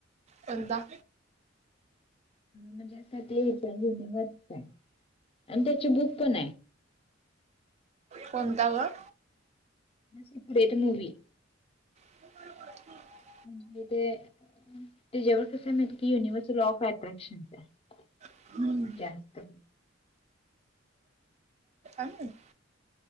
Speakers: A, on the right (about 35°); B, on the left (about 30°).
A: कोणता?
B: म्हणजे असं तेच वरच आहे, आणि त्याची बुक पण आहे.
A: कोणता ग.?
B: Secret movie.
A: <inaudible>
B: म्हणजे ते, त्याच्यावर कसं मा त की युनिव्हर्सल लॉ ऑफ अट्रॅक्शन हाय.
A: माहित
B: जास्त.
A: आसल <unintelligible>